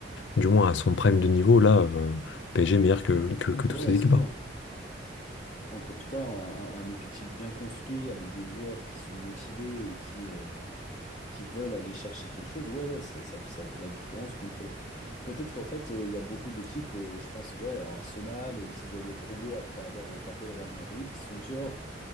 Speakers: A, on the left; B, on the left.
A: du moins à son prime de niveau, là, euh, le PSG est meilleur que, que, que
B: Ouais,
A: toutes ces équipes
B: c'est clair.
A: là.
B: Donc, en tout cas, un, un- effectif bien construit avec des joueurs qui sont motivés et qui, euh, qui veulent aller chercher quelque chose, ouais, ouais, ça, ça, ça fait la différence contre. Peut-être qu'en fait, euh, il y a beaucoup d'équipes, euh, je pense, ouais, à Arsenal, euh, qui se voyaient trop beaux après avoir euh, tapé le Real Madrid, qui se sont dit, oh,